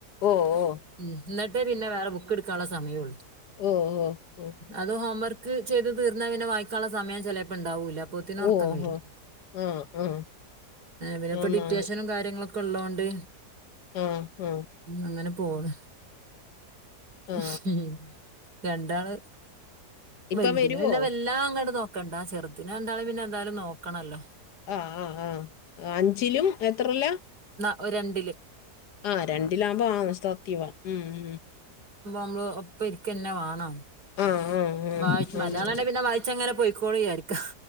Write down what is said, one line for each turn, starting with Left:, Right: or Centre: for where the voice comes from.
Left: ഓ ഓ
Right: എന്നിട്ടേ പിന്നെ വേറെ ബുക്ക് എടുക്കാനുള്ള സമയമുള്ളു.
Left: ഓ ഓ ഉം.
Right: അത് ഹോം വർക്ക് ചെയ്ത് തീർന്നാ പിന്നെ വായിക്കാനുള്ള സമയം ചിലപ്പോം ഇണ്ടാവൂല്ല. പ്പത്തിന്ഉറക്കം
Left: ഓ
Right: വരും.
Left: ഓ ആ ആ
Right: പിന്നെ
Left: ആന്നാന്ന്
Right: ഡിറ്റേഷനും കാര്യങ്ങളക്കെ ക്കെ ഉള്ളോണ്ട്
Left: ആ ഹാ
Right: അങ്ങനെ പോണ്
Left: ആ
Right: ഹു ഹു രണ്ടാള്
Left: ഇപ്പൊ
Right: വലുതിന്
Left: വരുവോ
Right: പിന്നെ വെല്ലാം അങ്ങനെ നോക്കണ്ടാ. ചെറുതിനെ രണ്ടാളേയും പിന്നെ എന്തായാലും നോക്കണല്ലോ?
Left: ആ ആ ആ അഞ്ചിലും എത്രയിലാ?
Right: ഓര് രണ്ടില്.
Left: ആ രണ്ടിലാകുമ്പോ ആ സത്യവാ. ഉം ഉം
Right: നമ്മൾ ഒപ്പം ഇരിക്ക തന്നെ വേണം.
Left: ആ ആ ആ
Right: വായി--മലയാളം
Left: ആണ്
Right: പിന്നെ വായിച്ചങ്ങനെ പോയി ക്കോളും വിചാരിക്ക.